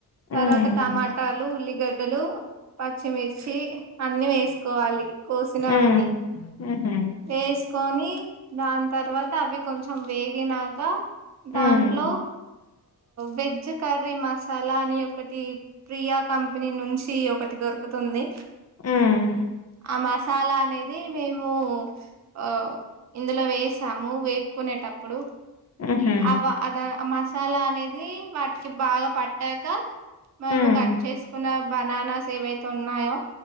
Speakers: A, on the right (about 40°); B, on the left (about 40°).
A: తర్వత
B: ఉమ్
A: టమాటాలు, ఉల్లిగడ్డలు, పచ్చిమిర్చి అన్ని వేస్ కోవలి కోసినవన్నీ
B: ఉమ్ ఉహు
A: వేస్కోని దాన్తర్వాత అవి కొంచం వేగినాక దాంట్లొ
B: ఉమ్
A: వెజ్ కర్రీ మసాలా అని ఒకటి ప్రియా కంపెనీ నుంచి ఒకటి దొర్కుతుంది
B: ఉమ్
A: ఆ మసాలా అనేది మేమూ అ ఇందులో వేసాము వేపుకునేటప్పుడు
B: ఉహు
A: అవా అద అ మస్ సాలా అనేది వాటికి బాగా పట్నాక మేము
B: ఉమ్
A: కట్ చేస్కూన్న బననాస్ ఏవైతే ఉన్నాయో